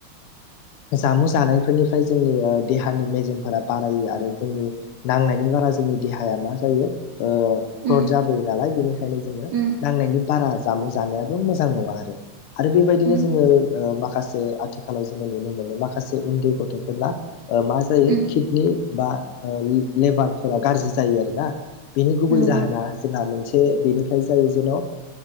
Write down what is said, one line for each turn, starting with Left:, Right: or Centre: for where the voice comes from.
Left: जामु जानायफोरनिफ्राय जोंनि देहानि मेजेमफोरा बारायो आरो। जोंनि नांनायनि बारा जोंनि देहाया मा जायो। ओ गट
Right: उम
Left: जाबोयो नालाय बेनिखायनो जोङो
Right: उम
Left: नांनायनि बारा जामुं जानायाबो मोजां नङा आरो आरो बेबायदिनो
Right: उम
Left: जोङो ओ मा खासे आथिखालाव जोङो नुनो मोनो माखासे उन्दै गथ'फोरना मा जायो
Right: उम
Left: किडनि बा लेबारफोरा गाज्रि जायो आरोना बेनि गुबै
Right: नंगौ
Left: जाहोना जोंहा मोनसे बे बेनिफ्राय जायो जेन'